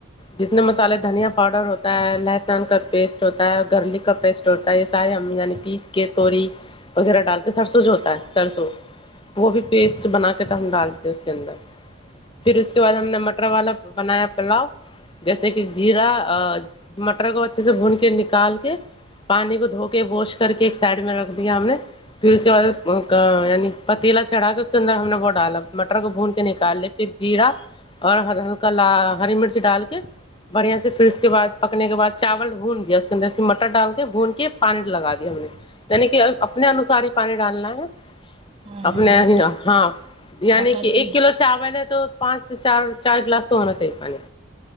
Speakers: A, on the left; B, on the right.
A: جتنے مسالے دھنیا پاؤڈر ہوتا ہے لہسن کا پیسٹ ہوتا ہے گرلک کا پیسٹ تا ہے یہ سارے ہم یعنی پیس کے توری وغیرہ ڈال کے سرسو جو سرسوں وہ بھی پیسٹ بنا کے تو ہم ڈالتے ہیں اس کے اندر پھر اس کے بعد ہم نے مٹر والا بنایا پلاؤ جیسے کہ جیرا مٹر کو اچھے سے بھون کے نکال کے پانی کو دھو کے ووش کر کے ایک سائڈ میں رکھ دیا ہم نے پھر اس کے بعد یعنی پتیلا چڑھا کے اس کے اندر ہم نے وہ ڈالا مٹر کو بھون کے نکال لے پھر جیرا اور کا ہری مرچ ڈال کے بڑھیا سے پھر اس کے بعد پکنے کے بعد چاول بھون دیا اس کے اندر مٹر ڈال کے بھون کے پانی لگا دیا ہم نے یعنی کہ اپنے انوسار ہی پانی ڈالنا ہے
B: ہاں
A: اپنے
B: ہاں مٹن
A: ہاں یعنی
B: مٹن
A: کہ ایک
B: بھی
A: کلو چاول نے تو پانچ چار چار گلاس تو ہونا چاہیے پانی